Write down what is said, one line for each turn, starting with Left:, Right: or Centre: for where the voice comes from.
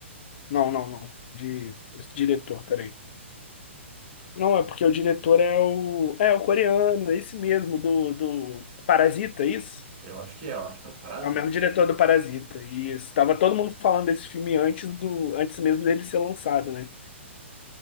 Left: Não, não, não. De esse diretor, peraí. Não, é porque o diretor é o é o coreano, é esse mesmo do do Parasita, é isso?
Right: eu acho que é, eu acho que é o do Parasita.
Left: É o mesmo diretor do Parasita. e estava todo mundo falando desse filme antes do antes mesmo dele ser lançado, né?